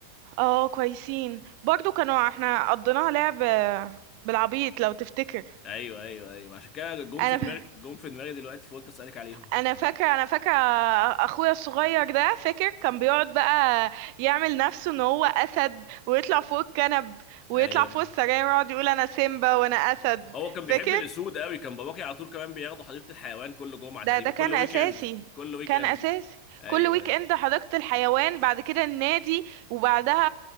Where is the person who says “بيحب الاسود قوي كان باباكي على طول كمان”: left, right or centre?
Left